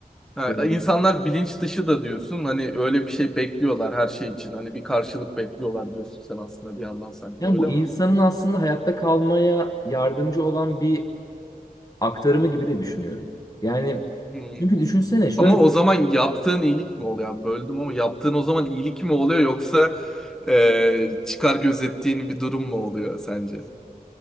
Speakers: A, in the centre; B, on the left (about 25°).
A: Ha,
B: Evet.
A: insanlar bilinç dışı da diyorsun. Hani öyle bir şey bekliyorlar her şey için. Hani bir karşılık bekliyorlar diyorsun sen aslında bir yandan sanki
B: Yani
A: öyle
B: bu
A: mi?
B: insanın aslında hayatta kalmaya yardımcı olan bir aktarımı gibi de düşünüyorum. Yani
A: Hı.
B: çünkü düşünsene şöyle
A: Ama o zaman yaptığın iyilik mi oluyor? abi? Böldüm ama yaptığın o zaman iyilik mi oluyor yoksa e, çıkar gözettiğin bir durum mu oluyor sence?